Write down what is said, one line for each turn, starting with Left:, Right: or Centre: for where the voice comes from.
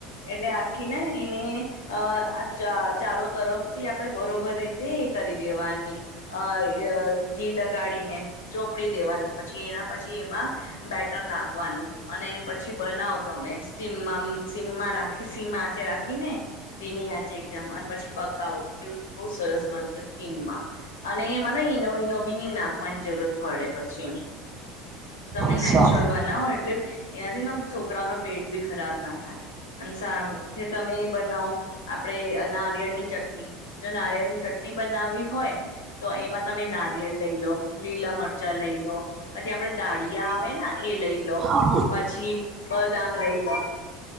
Left: એટલે આખીને એને અ ચાર.. ચારો તરફથી આપણે બરોબર રીતે કરી દેવાની. હા એ ઘી લગાડી ને ચોપડી દેવાની. પછી એના પછી એમાં બેટર નાખવાનું અને પછી બનાવ તમે.. <unintelligible> સી સીમ્મા રાખ ખિસી માચે રાખીને.. ધીમી આચ.. એકદમ અને પછી પકાવ બહ સરસ બનશે. માં અને મને ઈનો નો બીની નાખવાની જરૂરત પડે પછી. તમે
Right: હા
Left: નેચરલ
Right: સારું
Left: બનાવો એટલે એનાથી ના છોકરાઓના પેટ.. બી ખરાબ ના થાય અને.. સાંભ તમે એ બનાવો આપડે નારિયળ ની ચટણી જો નારિયળની ચટણી બનાવ હોય તો એમાં તમે નારિયળ લઈ લો લીલા મરચાં લઈ લો.. પછી આપડે દાળીયા આવે ને એ લઈ લ લો
Right: હા
Left: પછી બદામ લઈ લો..